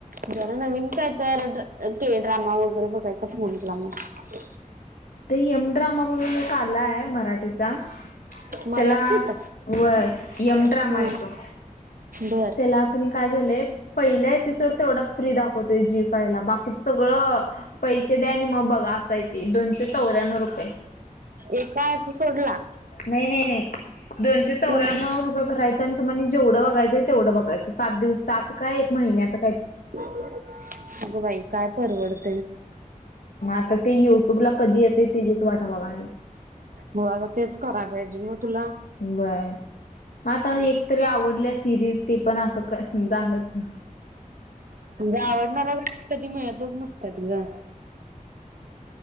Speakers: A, on the right; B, on the left.
A: जरा नवीन काय तर ते ड्रामा वगैरे बघायचा फोंटला मग
B: ते यम ड्रामा म्हणून एक आलाय मराठी त्याला
A: मराठीत
B: व यम ड्रामा
A: हा
B: येतो
A: बर
B: त्याला काय झालंय पहिला एपिसोड तेवढाच फ्री दाखवतोय जी फाय लाकी िथ सगळं पैसे द्या आणि मग बघा असाय तेे दोनशे चौऱ्यान्नव रुपये
A: एका ऍप सोडला
B: नाही नाही नाही दोनशे
A: तू
B: चौऱ्यान्नव रुपये भरायचे तु्हा जेवढं बघाचंय तेवंघायचं सात दिवस सात काय एक महि्याच
A: अगं बाई काय परवडत
B: मग आता ते युट्यूब ला कधी येतं तेचीीच वाटा बघाली
A: हो आता तेच कराय पाहिजे मग तुला
B: बाय म आता एकतरी आवडल्या सिरीज ते पण असं का झालं त
A: म्हणजे आवडणाऱ्या गोष्टी कधी मिळतच नसत्यात ग.